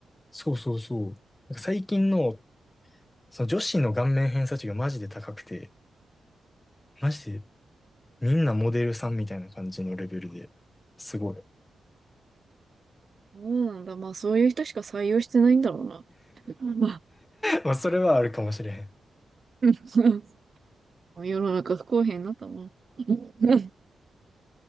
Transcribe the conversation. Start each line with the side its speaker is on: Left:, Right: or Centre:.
Left: そうそうそう。なんか最近の、その女子の顔面偏差値がマジで高くて、マジでみんなモデルさんみたいな感じのレベルで、すごい。<laughs>
Right: そうなんだ。まあ、そういう人しか採用してないんだろうな。<laughs> まあ、
Left: まあ、それはあるかもしれへん。
Right: <laughs> 世の中不公平になったもん。<laughs>